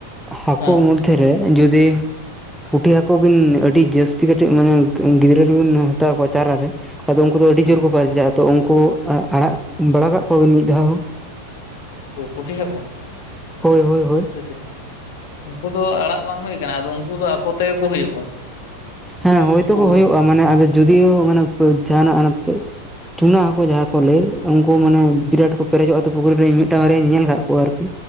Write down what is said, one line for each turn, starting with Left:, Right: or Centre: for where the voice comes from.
Centre: ᱦᱟᱹᱠᱩ
Left: ᱦᱮᱸ
Centre: ᱢᱚᱫᱽᱫᱷᱮᱨᱮ ᱡᱚᱫᱤ ᱯᱩᱴᱷᱤ ᱦᱟᱹᱠᱩ ᱵᱤᱱ ᱟᱹᱰᱤ ᱡᱟᱹᱥᱛᱤ ᱠᱟᱹᱴᱤᱜ ᱢᱟᱱᱮ ᱜᱤᱫᱽᱨᱟᱹ ᱨᱮᱵᱤᱱ ᱦᱟᱛᱟᱣ ᱠᱚᱣᱟ ᱪᱟᱨᱟ ᱨᱮ ᱟᱫᱚ ᱩᱝᱠᱩ ᱫᱚ ᱟᱹᱰᱤ
Left: ᱦᱮᱸ
Centre: ᱡᱳᱨ ᱠᱚ ᱯᱟᱨᱡᱟᱜᱼᱟ ᱛᱚ ᱩᱱᱠᱩ ᱟ ᱟᱲᱟᱜ ᱵᱟᱲᱟ ᱠᱟᱜ ᱠᱚᱣᱟᱵᱤᱱ ᱢᱤᱫ ᱫᱷᱟᱣ ᱦᱚᱸ?
Left: ᱩᱝᱠᱩ ᱯᱩᱴᱷᱤ ᱦᱟᱠᱩ?
Centre: ᱦᱳᱭ ᱦᱳᱭ ᱦᱳᱭ
Left: ᱦᱯᱮᱥᱮ ᱩᱝᱠᱩ ᱫᱚ ᱟᱲᱟᱜ ᱵᱟᱝ ᱦᱩᱭ ᱠᱟᱱᱟ ᱟᱫᱚ ᱩᱝᱠᱩ ᱫᱚ ᱟᱠᱚ ᱛᱮᱜᱮ ᱠᱚ ᱦᱩᱭᱩᱜᱼᱟ᱾
Centre: ᱦᱮᱸ ᱦᱩᱭᱛᱚᱠᱚ
Left: ᱛᱟᱠᱚ
Centre: ᱦᱩᱭᱩᱜᱼᱟ ᱢᱟᱱᱮ ᱟᱫᱚ ᱦᱩᱫᱤᱥ ᱢᱟᱱᱮ ᱡᱟᱸᱦᱟᱱᱟᱜ ᱢᱟᱱᱮ ᱪᱩᱱᱟ ᱦᱚᱸᱠᱩ ᱡᱟᱦᱟᱸ ᱠᱚ ᱞᱟᱹᱭ ᱩᱝᱠᱩ ᱢᱟᱱᱮ ᱵᱤᱨᱟᱴ ᱠᱚ ᱯᱮᱨᱮᱡᱚᱜᱼᱟ ᱛᱚ ᱯᱩᱠᱷᱤᱨ ᱨᱮ ᱤᱧ ᱢᱤᱫᱴᱟᱝ ᱵᱟᱨᱭᱟᱧ ᱧᱮᱞ ᱠᱟᱜ ᱠᱚᱣᱟ ᱟᱨᱠᱤ᱾